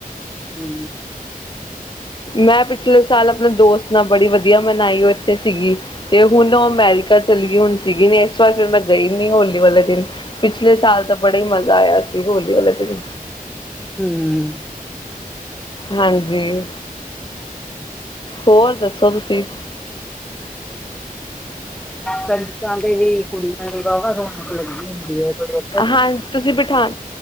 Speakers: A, in the centre; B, on the left (about 30°).
A: ਹੂੰ
B: ਮੈਂ ਪੀਛਲੇ ਸਾਲ ਆਪਣੇ ਦੋਸਤ ਨਾਲ ਬੜੀ ਵਦੀਆ ਮਨਾਈ ਓ ਏਥੇ ਸੀਗੀ, ਤੇ ਹੁਣ ਓ ਅਮੈਰਕ ਕਾ ਚਲੀ ਗਈ ਹੁਣ ਸੀਗੀ ਨ ਏਸ ਵਾਰ ਫੇਰ ਮੈਂ ਗਈ ਨੀ ਹੋਲੀ ਵਾਲੇ ਦੇਨ ਪੀਛਲੇ ਸਾਲ ਤਾਂ ਬੜਾ ਈ ਮਜ਼ਾ ਆਏਆ ਸੀ ਹੋਲੀ ਵਾਲੇ ਦੇਨ
A: ਹੂੰ
B: ਹਾਂਜੀ, ਹੋਰ ਦੱਸੋ ਤੁਸੀਂ
A: ਕੰਜਕਾਂ ਤੇ ਵੀ ਕੁੜੀਆਂ ਨੂੰ ਵਾਵਾ ਰੌਣਕ ਲੱਗੀ ਹੁੰਦੀ ਔ ਵੇਲੇ
B: ਹਾਂ ਤੁਸੀਂ ਬਿਠਾਨ